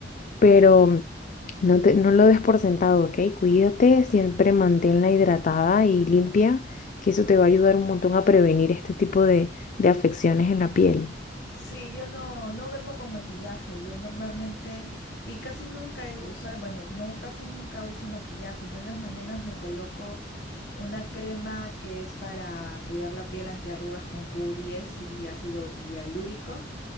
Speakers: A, on the left; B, on the left.
A: pero no te, no lo des por sentado, ¿ok? Cuídate, siempre manténla hidratada y limpia, que eso te va a ayudar un montón a prevenir este tipo de, de afecciones en la piel.
B: Sí, yo no, no duermo con maquillaje. Yo normalmente, y casi nunca he usado, bueno, no, casi nunca uso maquillaje. Yo en las mañanas me coloco una crema que es para cuidar la piel antiarrugas con Q10 y ácido hialúrico.